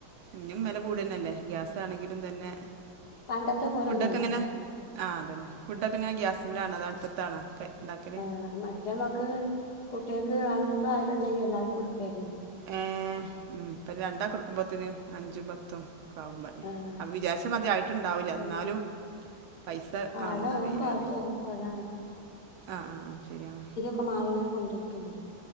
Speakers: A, on the right (about 75°); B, on the left (about 50°).
A: ഇഞ്ഞും മെല കൂടന്നല്ലേ ഗ്യാസ് ആണെങ്കിലും തന്നെ
B: പണ്ടത്തെ പോലൊന്നല്ല
A: ഫുഡ് ഒക്കെങ്ങനെ ആഹ് അതന്നെ ഫുഡ് ഒക്കെങ്ങനെ ഗ്യാസ്മലാണോ അതോ അട്പ്പത്താണോ ക്കെ ഇണ്ടാക്കല്?
B: ആഹ് മറ്റേമക്ക് കുട്ട്യേക്ക് അഞ്ഞൂറോ ആയിരോ ഇണ്ടെങ്കി എല്ലാർക്കും ഇട്ക്കേനി
A: ഏഹ് ഉം ഇപ്പ രണ്ടാക്ക് ഇട്ക്കുമ്പോത്തിന് അഞ്ചും പത്തും കാവും പറിയാ.
B: ആഹ്
A: അ വിചാര്ച്ചമാതിരി ആയിട്ടുണ്ടാവുല
B: അതന്നെ
A: ഇന്നാലും പൈസ
B: കാലം
A: കാണുംന്നറിലാറിയ
B: ഓരോ കാലത്ത് ഓരോ പോലാണ്
A: ആഹ്‌ ആഹ്‌ ആഹ് ശരിയാണ്
B: പ്പ മാറി മാറി കൊണ്ടിരിക്കല്ലേ